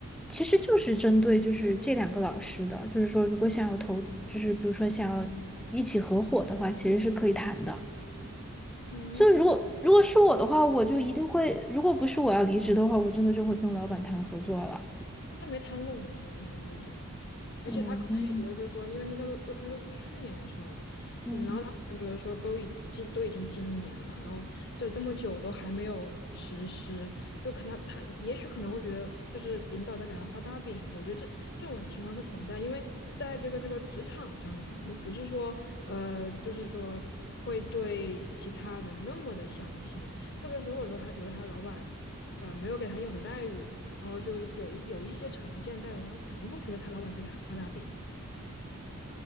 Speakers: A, in the centre; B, on the left.
A: 其实就是针对就是这两个老师的，就是说如果想要投，就是比如说想要一起合伙的话，其实是可以谈的。
B: 嗯，
A: 所以如果如果是我的话，我就一定会，如果不是我要离职的话，我真的就会跟老板谈合作了。
B: 那没谈拢呗，可能就是，而且他可能也觉得，
A: 嗯
B: 就是说，因为那都都那都是去年的事儿了，
A: 嗯。
B: 嗯，然后他可能觉得说，都已经都已经今年了，然后这这么久都还没有实施，就可能他也许可能会觉得，就是领导在给他画大饼，我觉得这这种情况是存在，因为在这个这个职场上面嘛，那不是说呃，就是说会对其他人那么的相信，特别是如果说他觉得他老板呃没有给他应有的待遇。然后就有一有一些成见在的话，他肯定会觉得他老板在给他画大饼。